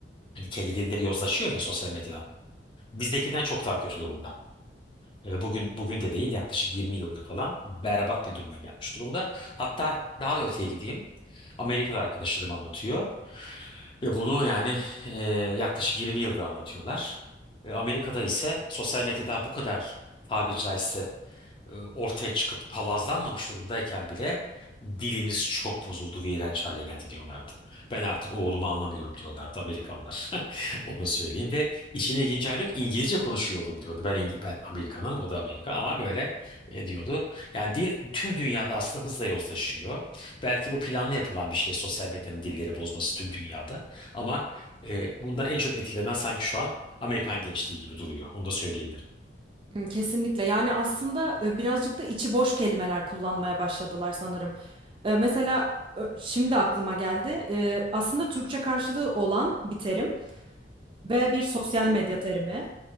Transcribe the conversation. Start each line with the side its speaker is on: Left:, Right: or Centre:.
Left: hani kendi dilleri yozlaşıyor ya sosyal medyada. Bizdekinden çok daha kötü durumda. E, bugün bugün de değil yaklaşık 20 yıldır falan berbat bir duruma gelmiş durumda. Hatta daha da öteye gideyim. Amerikalı arkadaşlarım anlatıyor. Ve bunu yani e, yaklaşık 20 yıldır anlatıyorlar. E, Amerika'da ise sosyal medyada bu kadar tabiri caizse e, ortaya çıkıp palazlanmamış durumdayken bile dilimiz çok bozuldu ve iğrenç hale geldi diyorlardı. Ben artık oğlumu anlamıyorum diyorlardı Amerikalılar. <laughs> Onu söyleyeyim ve işin ilginç hali yok İngilizce konuşuyor oğlum diyordu. Ben İngi- ben Amerikanım o da Amerika ama böyle e, diyordu. Yani dil tüm dünyada aslında hızla yozlaşıyor. Belki bu planlı yapılan bir şey sosyal medyanın dilleri bozması tüm dünyada ama e, bundan en çok etkilenen sanki şu an Amerikan gençliği gibi duruyor. Onu da söyleyebilirim.
Right: Hı, Kesinlikle yani aslında e, birazcık da içi boş kelimeler kullanmaya başladılar sanırım. E, Mesela ö- şimdi aklıma geldi E, aslında Türkçe karşılığı olan bir terim ve bir sosyal medya terimi.